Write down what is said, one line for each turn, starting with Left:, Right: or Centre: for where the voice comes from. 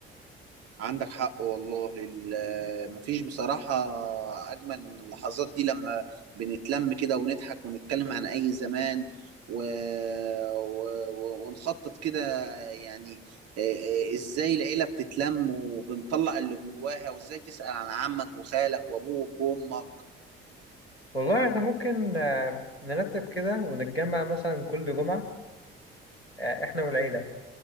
Right: عندك حق والله ال- مفيش بصراحة أجمل من اللحظات دي لما بنتلم كده ونضحك ونتكلم عن أي زمان و... و... و... ونخطط كده يعني آه، آه، إزاي العيلة بتتلم وبنطلع اللي جواها وإزاي تسأل عن عمك وخالك وأبوك وأمك
Left: والله احنا ممكن آه، نرتب كده ونتجمع مثلا كل جمعة آه، احنا والعيلة